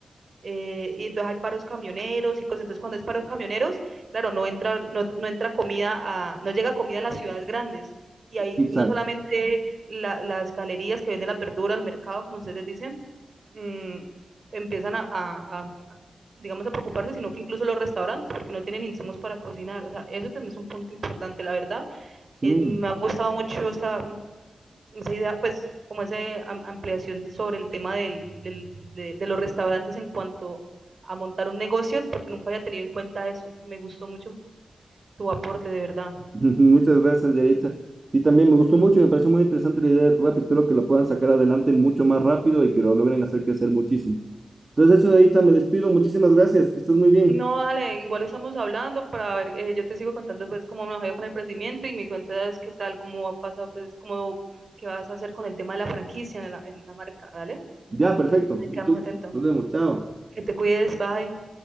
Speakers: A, on the right (about 55°); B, on the right (about 35°).
A: Eh, y entonces hay paros camioneros y cosas. Entonces, cuando es paro camioneros, claro, no entra, no, no entra comida, a, no llega comida a las ciudades grandes. Y ahí
B: Exacto.
A: no solamente la, las galerías que venden las verduras, el mercado, como ustedes dicen, mmm, empiezan a, a, a, digamos, a preocuparse, sino que incluso los restaurantes, porque no tienen insumos para cocinar. O sea, eso también es un punto importante, la verdad.
B: Sí.
A: Eh, me ha gustado mucho esta, esa idea, pues como esa ampliación sobre el tema del, del, de, de, los restaurantes en cuanto a montar un negocio, porque nunca había tenido en cuenta eso. Me gustó mucho tu aporte, de verdad.
B: <laughs> Muchas gracias, Yaritza. Y también me gustó mucho y me pareció muy interesante la idea de tu app. Espero que lo puedan sacar adelante mucho más rápido y que lo logren hacer crecer muchísimo. Entonces, eso, Yaritza, me despido. Muchísimas gracias. Que estés muy bien.
A: No, dale, igual estamos hablando para ver, eh, yo te sigo contando pues cómo me ha ido con el emprendimiento y me cuentas qué tal, cómo pasa, pues cómo qué vas a hacer con el tema de la franquicia, la, la marca, dale.
B: Ya, perfecto. Mucho
A: Ahí quedamos atentos.
B: Nos vemos. Chao.
A: Que te cuides, bye.